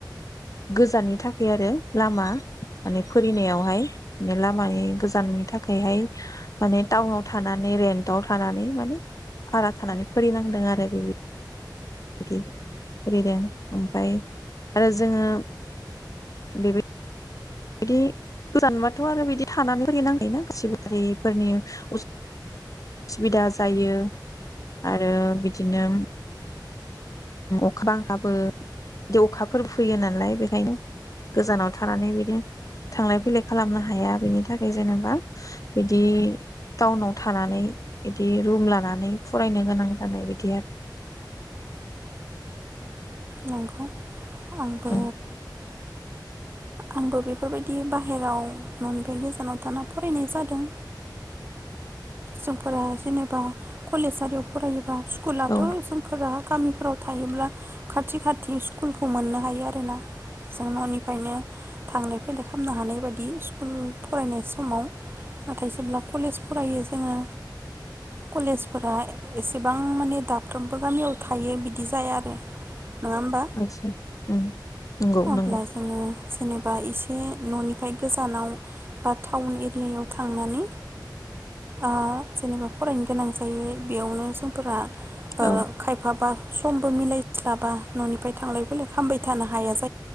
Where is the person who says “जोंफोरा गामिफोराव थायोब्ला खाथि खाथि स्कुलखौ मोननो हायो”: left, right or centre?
Right